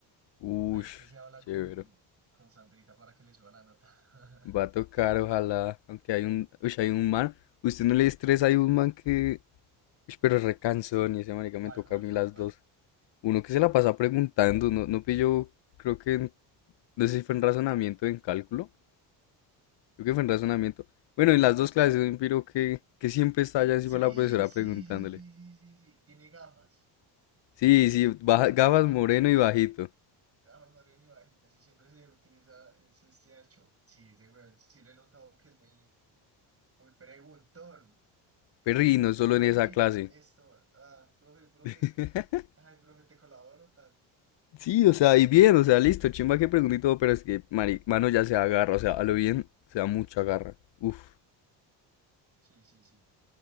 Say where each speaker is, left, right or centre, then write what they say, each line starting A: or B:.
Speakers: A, on the left; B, on the right.
A: uff,
B: Ahí usted se habla
A: chévere,
B: con, con Sandrita para que le suba la nota.
A: va a tocar,
B: <laughs>
A: ojalá, aunque hay un, uy, hay un man, usted no le estresa, hay un man que, uy, pero es recansón, y ese marica
B: ¿Cuál,
A: me toca
B: cuál,
A: a mí
B: cuál,
A: las
B: cuál?
A: dos, uno que se la pasa preguntando, no, no pillo, creo que, en- no sé si fue en razonamiento, o en cálculo, Yo que fue en razonamiento. Bueno, en las dos clases un piro que, que siempre está allá encima
B: Sí,
A: de la profesora
B: sí,
A: preguntándole.
B: sí, sí, sí, sí, sí. Tiene gafas.
A: Sí, sí, baja-
B: Tiene
A: gafas
B: ga-
A: moreno y bajito.
B: gafas moreno y bajitas y siempre se utiliza ese este ancho. Sí, ese weón, sí lo he notado que es muy, muy preguntón.
A: Perri,
B: Como
A: no
B: muy,
A: solo
B: profe,
A: en esa clase.
B: esto, ah, profe, profe.
A: <laughs>
B: Ay, profe, te colaboro tal.
A: Sí, o sea, y bien, o sea, listo, chimba que pregunté y todo, pero es que, mari- mano, ya se agarra, o sea, a lo bien, se da mucha garra. Uf,
B: Sí, sí, sí.